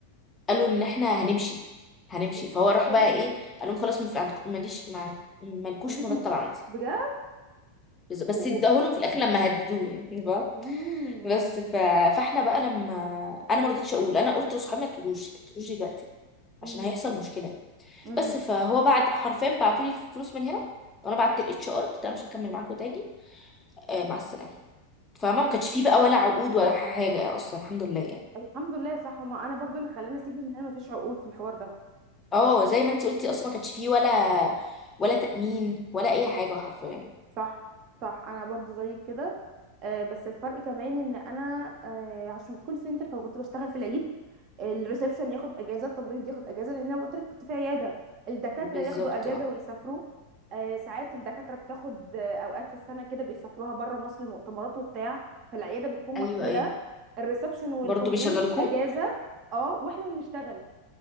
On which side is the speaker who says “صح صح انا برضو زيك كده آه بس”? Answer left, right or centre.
Right